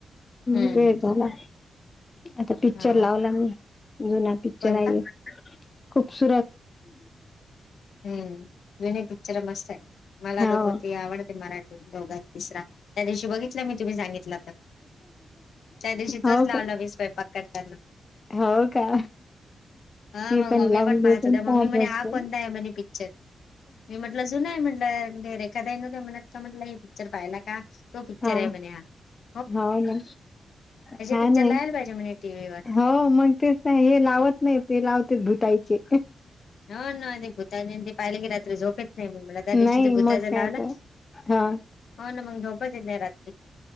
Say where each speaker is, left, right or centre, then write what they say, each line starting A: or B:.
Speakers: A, on the left; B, on the left.
A: वेळ
B: हम्म
A: झाला आता पिक्चर
B: हा
A: लावला मी जुना पिक्चर
B: कोणता
A: आहे खूबसूरत
B: हम्म जुने पिक्चर मस्त आहे मला
A: हो
B: तर तो ते आवडते मराठी दोघात तिसरा त्या दिवशी बघितलं मी तुम्ही सांगितलं तर त्या दिवशी तोच
A: हो
B: लावला
A: का
B: मी स्वयंपाक करताना
A: हो का
B: हा
A: मी
B: मग मम्मी
A: लावून
B: पण
A: घेते
B: पाहत होते
A: आणि
B: मम्मी म्हणे
A: बसते
B: हा कोणता आहे म्हण पिक्चर मी म्हटलं जुूनय म्हटलंजे रेखादा नव्हते म्हणत का म्हटलं हे पिक्चर पाहियला का तो पिक्चर
A: हा
B: आहे म्हण अ
A: हो ना छान
B: पिक्चर
A: आहे
B: लावायला पाहिजे म्हणे टीव्ही वर
A: हो मग तेच नाही हे लावत नाही ते लावते भुतायचे
B: ह ना ते भूताच ते पाहिले की रात्री झोपेत नाही म मला त्या
A: नाही
B: दिवशी ते
A: मग
B: भूताच
A: काय
B: लावला
A: तर हा
B: हो न मंग झोपच येत नाही रात्री